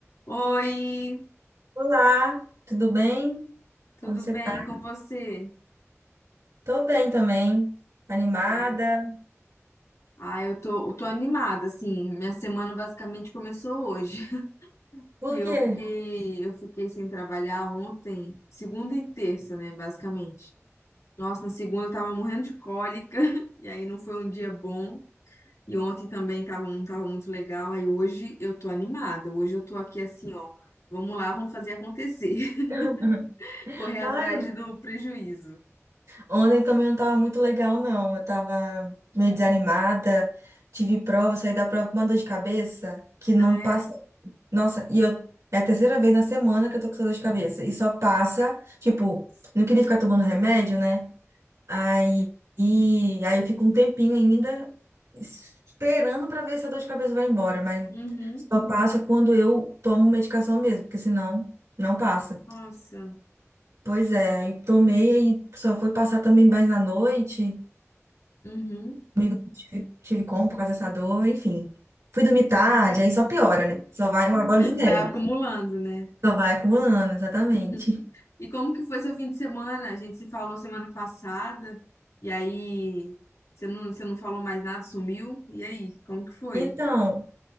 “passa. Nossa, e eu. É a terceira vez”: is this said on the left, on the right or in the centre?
Right